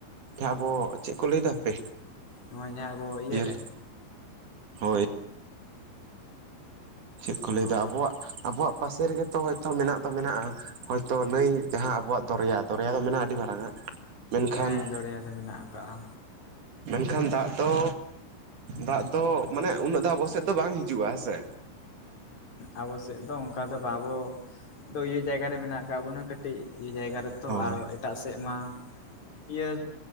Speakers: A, on the right (about 55°); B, on the left (about 40°).
A: ᱟᱵᱚ ᱪᱮᱫ ᱠᱚ ᱞᱟᱹᱭ ᱫᱚ ᱦᱟᱯᱮ
B: ᱱᱚᱣᱟ ᱡᱟᱦᱟᱸ ᱟᱵᱚ ᱤᱭᱟᱹᱨᱮ?
A: ᱤᱭᱟᱹ ᱦᱳᱭ, ᱪᱮᱫ ᱠᱚ ᱞᱟᱹᱭ
B: ᱚ
A: ᱫᱟ ᱟᱵᱚᱣᱟᱜ ᱟᱵᱚᱣᱟᱜ ᱯᱟᱥᱮ ᱨᱮᱜᱮ ᱛᱚ ᱦᱭᱛᱳ ᱢᱮᱱᱟᱜ ᱫᱚ ᱢᱮᱱᱟᱜᱼᱟ ᱾ᱦᱳᱭᱛᱳ ᱱᱟᱹᱭ ᱡᱟᱦᱟᱸ ᱟᱵᱚᱣᱟᱜ ᱫᱚᱨᱭᱟ ᱫᱚᱨᱭᱟ ᱫᱚ ᱢᱮᱱᱟᱜᱼᱟ ᱟᱹᱰᱤ ᱢᱟᱨᱟᱝ ᱟᱜ᱾ ᱢᱮᱱᱠᱷᱟᱱ
B: ᱦᱮᱸ ᱫᱚᱨᱭᱟ ᱫᱚ ᱢᱮᱱᱟᱜ ᱟᱠᱟᱜ-ᱟ᱾
A: ᱢᱮᱱᱠᱷᱟᱱ ᱫᱟᱜ ᱫᱚ ᱫᱟᱜ ᱫᱚ ᱢᱟᱱᱮ ᱩᱱᱟᱹᱜ ᱫᱟᱜ ᱟᱵᱚᱥᱮᱫ ᱫᱚ ᱵᱟᱝ ᱦᱤᱡᱩᱜᱼᱟ ᱦᱮᱸᱥᱮ᱾
B: ᱟᱵᱚ ᱥᱮᱫ ᱫᱚ ᱚᱱᱠᱟ ᱫᱚ ᱵᱟᱝ ᱟᱵᱳ ᱫᱚ ᱤᱭᱟᱹ ᱡᱟᱭᱜᱟ ᱨᱮ ᱢᱮᱱᱟᱜ ᱟᱠᱟᱫ ᱵᱚᱱᱟ ᱠᱟᱹᱴᱤᱡ ᱮ ᱡᱟᱭᱜᱟ ᱨᱮᱛᱚ,
A: ᱦᱳᱭ
B: ᱟᱨ ᱮᱴᱟᱜ ᱥᱮᱫ ᱢᱟ ᱤᱭᱟᱹ